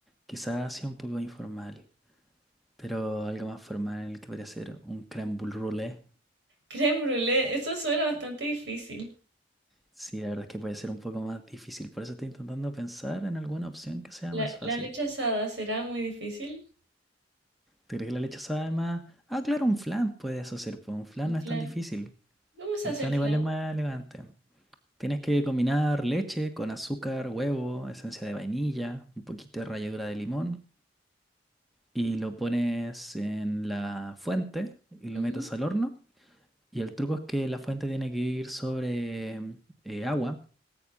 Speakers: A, in the centre; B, on the right.
A: quizás sea un poco informal, pero algo más formal que podría ser un crème brûlée.
B: Creme brûlée, eso suena bastante difícil.
A: Sí, la verdad es que puede ser un poco más difícil, por eso estoy intentando pensar en alguna opción que sea
B: La,
A: más
B: la
A: fácil.
B: leche asada será muy difícil.
A: ¿Te crees que la leche sabe más? Ah, claro, un flan puedes hacer, pues un flan
B: El
A: no
B: flan.
A: es tan difícil.
B: ¿Cómo se
A: Y
B: hace
A: el flan
B: el flan?
A: igual es más elegante. Tienes que combinar leche con azúcar, huevo, esencia de vainilla, un poquito de ralladura de limón. Y lo pones en la fuente y lo
B: Ujú.
A: metes al horno. Y el truco es que la fuente tiene que ir sobre eh, agua